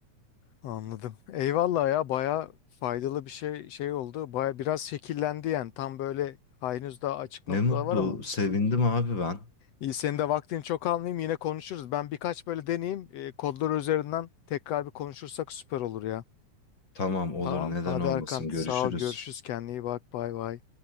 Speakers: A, on the left (about 60°); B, on the left (about 35°).
A: Anladım. Eyvallah ya baya faydalı bir şey şey oldu. Baya biraz şekillendi yani. Tam böyle henüz daha açık
B: Ne
A: noktalar
B: mutlu,
A: var ama.
B: sevindim abi ben.
A: İyi senin de vaktini çok almayayım yine konuşuruz. Ben birkaç böyle deneyeyim. E, kodlar üzerinden tekrar bir konuşursak süper olur ya.
B: Tamam olur
A: Tamam.
B: neden
A: Hadi
B: olmasın
A: Erkan
B: görüşürüz.
A: sağ ol. Görüşürüz. Kendine iyi bak. Bay bay.